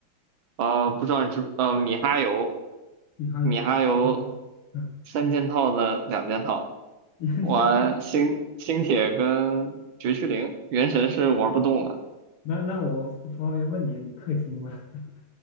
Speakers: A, on the right; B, on the left.
A: 呃，不知道你知呃米哈游，
B: 你还有啊，
A: 米哈游
B: 嗯，
A: 三件套的两件套，
B: <laughs> 你这才，
A: 玩星星铁跟绝区零，原神是玩不动了。
B: 那那我方便问你啊，你氪金吗？<laughs>